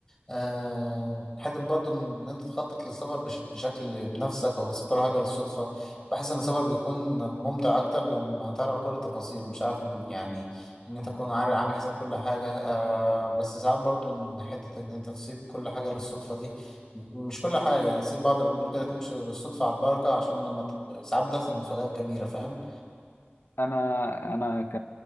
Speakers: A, on the left; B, on the left.
A: آه، حته برضه ان انت تخطط للسفر بش- بشكل بنفسك او بتسيب كل حاجه للصدفه بحس ان السفر بيكون ممتع اكتر لما تعرف كل التفاصيل مش عارف ال- يعني ان انت تكون عارف عامل حساب كل حاجه آه بس ساعات برضه ان حته ان انت تسيب كل حاجه للصدفه دي م- مش كل حاجه يعني تسيب بعض الامور كده تمشي بالصدفه على البركه عشان لما ت- ساعات بتحصل مفاجآت جميله فاهم
B: انا انا ك